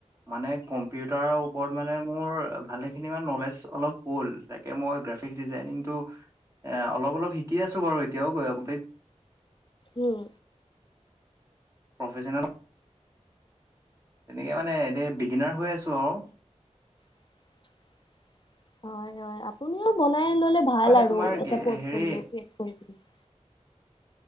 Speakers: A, on the right; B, on the left.
A: মানে কম্পিউটাৰৰ ওপৰত মানে মোৰ ভালেখিনি মান নলেজ অলপ হ'ল। তাকে মই গ্ৰাফিক ডিজাইনিংটো এ অলপ অলপ শিকি আছো বাৰু। এতিয়াও গৈ গোটেই
B: উম।
A: প্ৰফেচনেল তেনেকে মানে এনেই বিগিনাৰ হৈ আছো আৰু।
B: <inaudible> হয়, হয়। আপুনিও বনাই ললে ভাল
A: মানে
B: আৰু
A: তোমাৰ
B: এটা পৰ্ট
A: হেৰি
B: পলিঅ ক্ৰিয়েট কৰি। কি